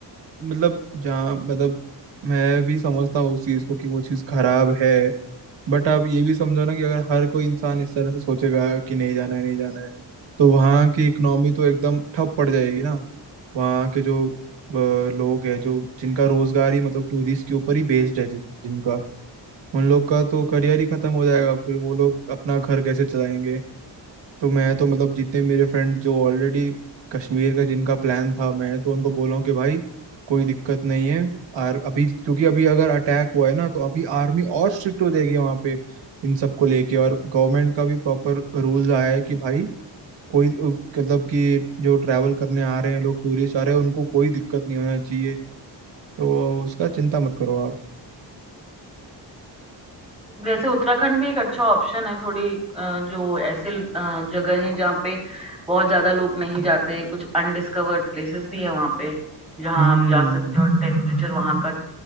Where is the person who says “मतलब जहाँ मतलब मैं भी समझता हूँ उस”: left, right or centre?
Right